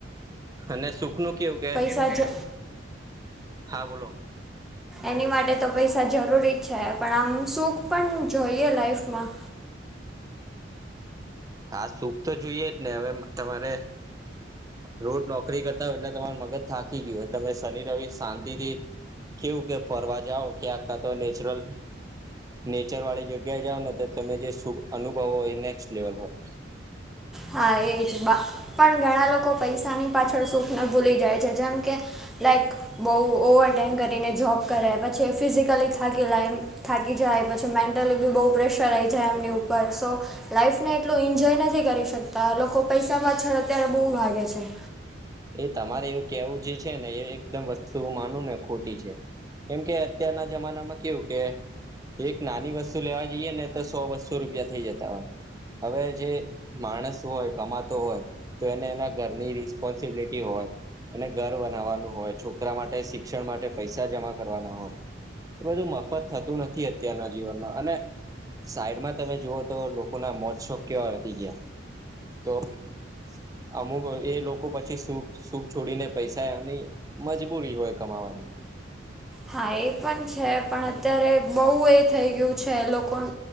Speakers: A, on the right; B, in the centre.
A: અને સુખ ન કેવું કે
B: સાજો
A: હા બોલો.
B: એની માટે તો પૈસા જરૂરી જ છે પણ આમ સુખ પણ જોઈએ લાઈફમાં.
A: હા સુપ તો જોઈએ જ ને હવે તમારે રોજ નોકરી કરતા હોય એટલે તમાર મગજ થાકી ગયું હોય તમે શનિ રવિ શાંતિથી કેવું કે ફરવા જાવ કે આખા તો નેચરલ નેચર વાળી જગ્યા જાાવ ને તો તમે જે શ અનુભવ હો એ નેક્સ્ટ લેવલ હોય.
B: હા એ જ પણ ઘણા લોકો પૈસાની પાછળ સુખ ન ભૂલી જાય છે જેમ કે લાઈક બહુ ઓવરટેાઈમ કરીને જોબ કરે પછી ફિઝિકલી થાકીલાય. થાકી જાય પછી મેન્ટલી બી બહુ પ્રેશર આવી જાય એમની ઉપર સો લાઈફ ને એટલું એન્જોય નથી કરી શકતા લોકો પૈસા પાછળ અત્યારે બહુ ભાગે છે.
A: એ તમારે એવું કેવું જે છે ને એ એકદમ વસ્તુ હું માનું ને ખોટી છે. કેમ કે અત્યારના જમાનામાં કેવું કે એક નાની વસ્તુ લેવા જઈએ ને તો સો, બસો રૂપિયા થઈ જતા હોય. હવે જે માણસ હોય, કમાતો હોય, તો એને એના ઘરની રિસ્પોન્સ સિબીલીટી હોય. અને ઘર બનાવવાનું હોય, છોકરા માટે શિક્ષણ માટે પૈસા જમા કરવાના હોય. એ બધું મફત થતું નથી અત્યારના જીવનમાં. અને સાઈડમાં તમે જુઓ તો લોકો ના મોજ શોક કેવા વધી ગયા. તો <unintelligible> અમુક એ લોક કો પછી સૂ સુખ છોડીને પૈસા એમની મજબૂરી હોય કમાવવાની.
B: હા એ પણ છે, પણ અત્યારે બહુ એ થઈ ગયું છે લોકોન